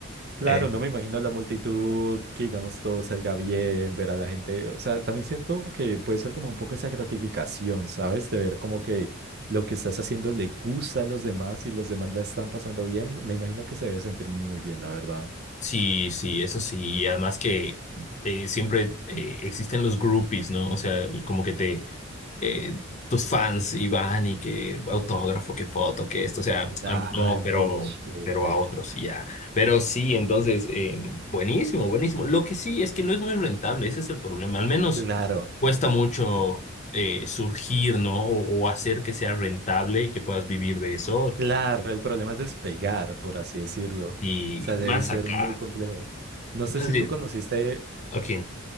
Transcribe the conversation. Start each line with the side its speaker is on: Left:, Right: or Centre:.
Right: Claro,
Left: Eh,
Right: no me imagino la multitud, que digamos todo salga bien, ver a la gente. O sea, también siento que puede ser como un poco esa gratificación, ¿sabes? De ver como que lo que estás haciendo le gusta a los demás y los demás la están pasando bien. Me imagino que se debe sentir muy bien, la verdad.
Left: sí, sí, eso sí, y además que eh, siempre eh, existen los groupies, ¿no? O sea, como que te eh, tus fans y van y que autógrafo, que foto, que esto, o sea,
Right: Ah,
Left: a mí no, pero,
Right: re chévere.
Left: pero a otros y ya. Pero sí, entonces, eh, buenísimo, buenísimo. Lo que sí es que no es muy rentable, ese es el problema. Al menos
Right: Claro,
Left: cuesta mucho eh, surgir, ¿no? O, o hacer que sea rentable y que puedas vivir de eso.
Right: claro, el problema es despegar, por así decirlo. O
Left: Y
Right: sea,
Left: más
Right: debe ser
Left: acá.
Right: muy complejo. No
Left: Entonces,
Right: sé si tú conociste.
Left: aquí.